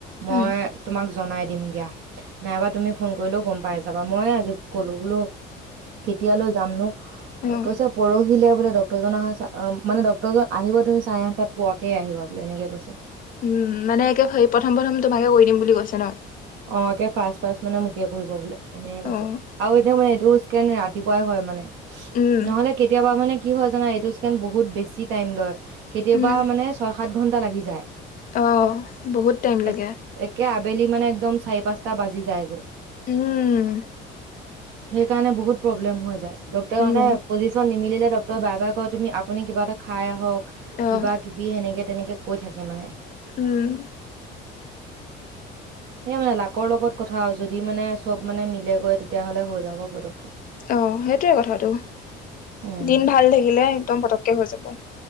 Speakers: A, on the left (about 45°); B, on the right (about 70°).
A: উম,
B: মই- তোমাক জনাই দিম দিয়া নাইবা তুমি ফোন কৰিলেও গম পাই যাবা মই আজি ক'লো বোলো- কেতিয়ালৈ যামনো
A: অ'
B: কৈছে পৰহিলে বোলে ডক্তৰ জন অহা- মানে ডক্তৰ জন আহিব তুমি চাৰে আঠটাত পোৱাকে আহিবা বোলে এনেকে কৈছে।
A: উম মানে একে হে প্ৰথম প্ৰথম তোমাকে কৰি দিম বুলি কৈছে ন।
B: অ কে ফাৰ্চ ফাৰ্চ মানে মোকে কৰিব বোলে এনেকে কৈছে।
A: অ'
B: আৰু এতিয়া মানে এইটো ইচকেন ৰাতিপুৱাই হয় মানে
A: উম,
B: নহলে কেতিয়াবা মানে- কি হয় জানা এইটো ইচকেন বহুত বেছি টাইম লয় কেতিয়াবা
A: উম,
B: মানে ছয় সাত ঘন্টা লাগি যায়।
A: অ বহুত টাইম লাগে।
B: এক একে আবেলি মানে একদম চাৰি পাঁচটা বাজি যায়গৈ।
A: উম
B: সেই কাৰণে বহুত প্ৰব্লেম হৈ যায় ডক্তৰ
A: উম,
B: মানে পজিশন নিমিলিলে- তই বাৰে বাৰে কয় তুমি আপুনি কিবা এটা খাই আহক
A: অ'
B: কিবা কিবি সেনেকে তেনেকে কৈ থাকে মানে।
A: উম
B: সেই মানে লাকৰ লগত কথা আৰু যদি মানে চব মানে মিলে গৈ তেতিয়াহ'লে হৈ যাব পতককে
A: অ সেইটোৱে কথাটো
B: উম
A: দিন ভাল থাকিলে একদম পতককে হৈ যাব।